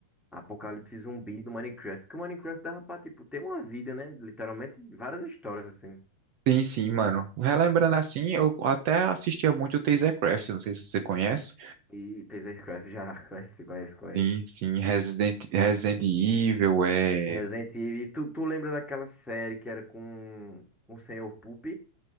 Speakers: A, in the centre; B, on the right.
A: Apocalipse zumbi do Minecraft. Porque o Minecraft dava pra, tipo, ter uma vida, né? Literalmente, várias histórias, assim.
B: sim, sim, mano. Relembrando assim, eu até assistia muito o TazerCraft, não sei se você conhece.
A: E Tasercraft já <laughs> conhece, conhece, conhece.
B: Sim, sim, Resident, Resident Evil, é...
A: Resident Evil. Tu, tu lembra daquela série que era com, com o Senhor Poop?